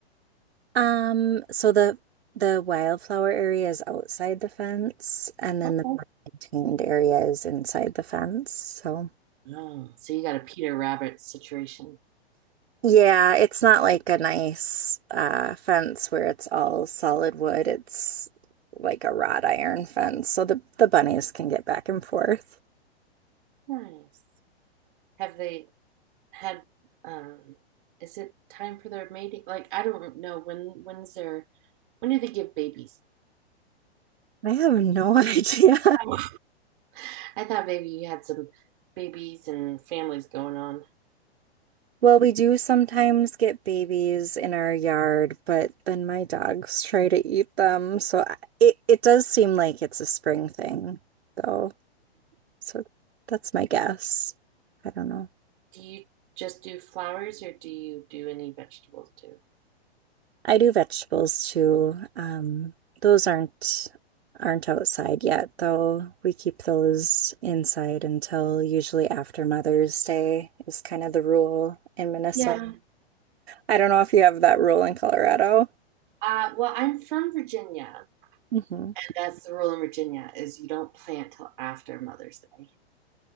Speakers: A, on the right; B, on the right.
A: um so the the wildflower area is outside the fence and then
B: go.
A: the more maintained area is inside the fence, so
B: Oh, So you got a Peter Rabbit situation.
A: Yeah, it's not like a nice uh, fence where it's all solid wood. It's like a wrought iron fence, so the the bunnies can get back and forth.
B: Nice. Have they had um is it time for their mating? Like I don't know when when's their when do they give babies?
A: I have no <laughs> idea.
B: I I thought maybe you had some babies and families going on.
A: Well, we do sometimes get babies in our yard, but then my dogs try to eat them. So I- it it does seem like it's a spring thing, though. So that's my guess. I don't know.
B: Do you just do flowers or do you do any vegetables too?
A: I do vegetables too. Um, those aren't aren't outside yet, though. We keep those inside until usually after Mother's Day is kind of the rule in Minnesota.
B: Yeah.
A: I don't know if you have that rule in Colorado.
B: Uh, well, I'm from Virginia.
A: hmm
B: That's the rule in Virginia is you don't plant till after Mother's Day.